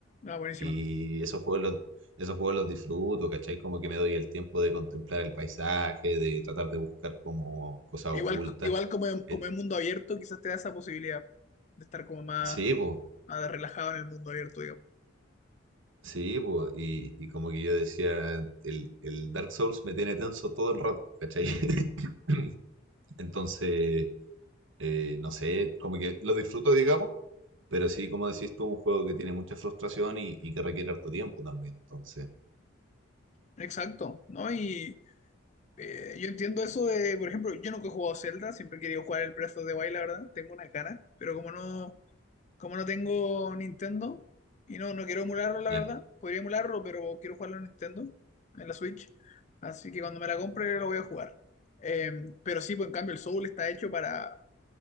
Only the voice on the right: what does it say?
y esos juegos los, esos juegos los disfruto, ¿cachai? Como que me doy el tiempo de contemplar el paisaje, de tratar de buscar como cosas
ocultas.
Eh,
sí, pues,
Sí, po, y, y como que yo decía, el, el Dark Souls me tiene tenso todo el rato, ¿cachai? <laughs> <clears throat> Entonces, eh, no sé, como que lo disfruto, digamos, pero sí, como decís tú, un juego que tiene mucha frustración y, y que requiere harto tiempo también. Entonces,
ya.